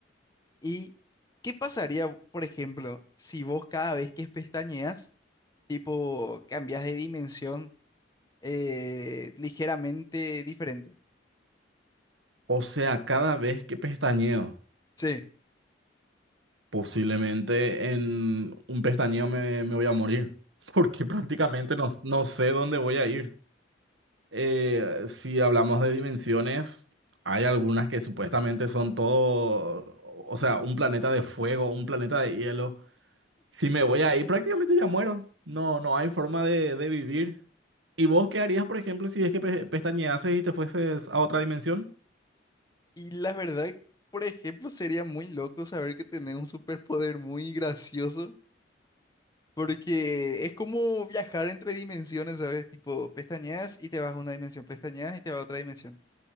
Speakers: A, on the left; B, on the right.
A: ¿Y qué pasaría, por ejemplo, si vos cada vez que pestañeas, tipo, cambias de dimensión eh, ligeramente diferente?
B: O sea, cada vez que pestañeo,
A: Sí.
B: posiblemente en un pestañeo me, me voy a morir, <laughs> porque prácticamente no, no sé dónde voy a ir. Eh, si hablamos de dimensiones, hay algunas que supuestamente son todo, o sea, un planeta de fuego, un planeta de hielo. Si me voy ahí, prácticamente ya muero. No, no hay forma de, de vivir. ¿Y vos qué harías, por ejemplo, si es que pe- pestañeases y te fueses a otra dimensión?
A: Y la verdad, por ejemplo, sería muy loco saber que tenés un superpoder muy gracioso, porque es como viajar entre dimensiones, ¿sabes? Tipo, pestañeas y te vas a una dimensión, pestañeas y te vas a otra dimensión.